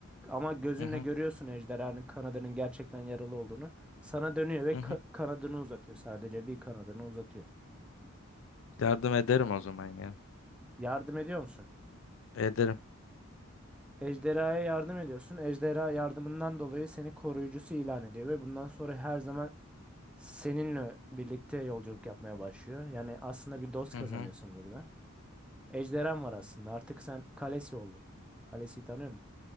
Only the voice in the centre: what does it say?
Ama gözünle
görüyorsun ejderhanın kanadının gerçekten yaralı olduğunu. Sana dönüyor ve ka-
kanadını uzatıyor. Sadece bir kanadını uzatıyor.
Yardım ediyor musun?
Ejderhaya yardım ediyorsun. Ejderha yardımından dolayı seni koruyucusu ilan ediyor ve bundan sonra her zaman Seninle birlikte yolculuk yapmaya başlıyor. Yani aslında bir dost
kazanıyorsun
burada. Ejderhan var aslında. Artık sen kalesi oldun. Kalesi tanıyor